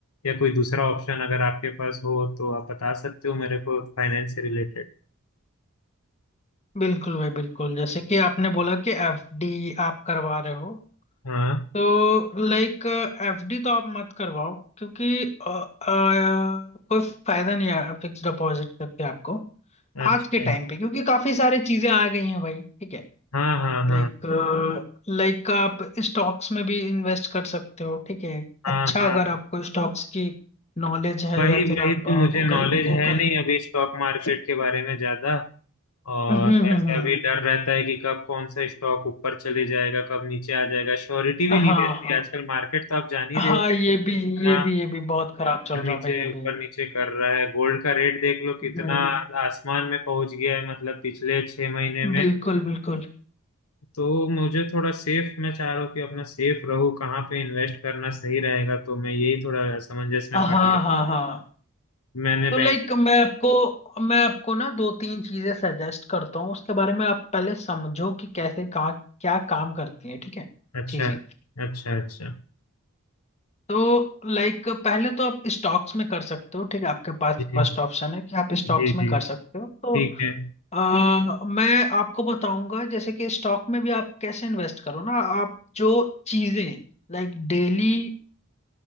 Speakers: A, on the left; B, on the left.
A: या कोई दूसरा ऑप्शन अगर आपके पास हो तो आप बता सकते हो मेरे को फाइनेंस से रिलेटेड
B: बिल्कुल भाई बिल्कुल जैसे कि आपने बोला कि एफडी आप करवा रहे हो
A: हाँ
B: तो लाइक एफडी तो आप मत करवाओ क्योंकि अ, अ, कोई फायदा नहीं है फिक्स डिपॉजिट करके आपको
A: अच्छा
B: आज के टाइम पे क्योंकि काफी सारी चीजें आ गई हैं भाई ठीक है
A: हाँ हाँ हाँ
B: लाइक लाइक आप स्टॉक्स में भी इन्वेस्ट कर सकते हो ठीक है
A: हाँ
B: अच्छा
A: हाँ
B: अगर आपको स्टॉक्स की नॉलेज है
A: वही
B: या फिर
A: वही
B: आप
A: तो
B: गूगल
A: मुझे नॉलेज
B: गूगल
A: है नहीं अभी स्टॉक मार्केट के बारे में ज्यादा और
B: हम्म हम्म
A: वैसे
B: हम्म
A: अभी डर रहता है कि कब कौन सा स्टॉक ऊपर चले जाएगा कब नीचे आ जाएगा श्योरिटी भी
B: हाँ
A: नहीं रहती
B: हाँ
A: आजकल मार्केट तो आप जान ही
B: हाँ
A: रहे हो
B: ये भी
A: कितना
B: ये भी ये भी बहुत खराब चल
A: ऊपर
B: रहा
A: नीचे
B: है भाई अभी
A: ऊपर नीचे कर रहा है गोल्ड का रेट देख लो कितना
B: हम्म
A: आसमान में पहुंच गया है मतलब पिछले छह महीने में
B: बिल्कुल बिल्कुल
A: तो मुझे थोड़ा सेफ मैं चाह रहा हूँ कि अपना सेफ रहूँ कहाँ पे इन्वेस्ट करना सही रहेगा तो मैं यही थोड़ा असमंजस में
B: हाँ
A: पड़ गया
B: हाँ हाँ
A: मैंने
B: तो
A: बैंक
B: लाइक मैं आपको मैं आपको ना दो तीन चीजें सजेस्ट करता हूँ उसके बारे में आप पहले समझो कि कैसे कहाँ क्या काम करती है ठीक है
A: अच्छा
B: चीजें
A: अच्छा अच्छा
B: तो लाइक पहले तो आप स्टॉक्स में कर सकते हो ठीक है आपके पास
A: जी
B: फर्स्ट ऑप्शन है कि आप स्टॉक्स
A: जी
B: में
A: जी
B: कर सकते हो
A: ठीक
B: तो
A: है
B: अ, मैं आपको बताऊंगा जैसे कि स्टॉक में भी आप कैसे इन्वेस्ट करो ना आप जो चीजें like daily